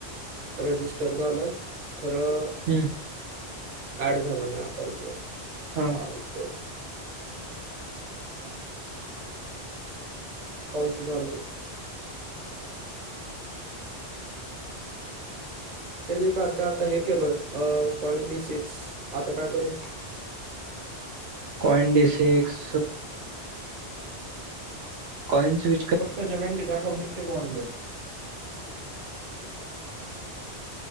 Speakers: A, on the right; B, on the right.
A: रजिस्टर झालं खरं
B: हंम
A: ऍड झाल नाही अकाउंट ला.
B: हा
A: आई ग! काउन्स <inaudible> त्यानी कारता आता हे केलोय कॉइन डिसिक्स आता काय करू?
B: कॉइन डिसिक्स काॅइन्स स्वि
A: पोस्टाच्या बँकेचा अकाउंट निघतय का ऑनलाइन.